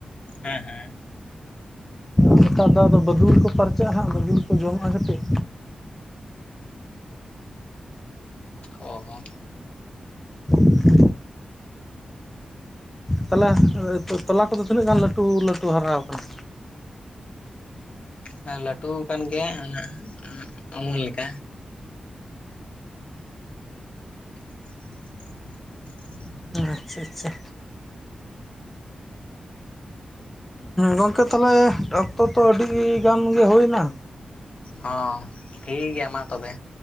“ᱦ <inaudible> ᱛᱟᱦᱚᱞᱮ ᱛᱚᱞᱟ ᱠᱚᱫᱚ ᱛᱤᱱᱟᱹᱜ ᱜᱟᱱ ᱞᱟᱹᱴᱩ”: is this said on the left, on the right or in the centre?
Centre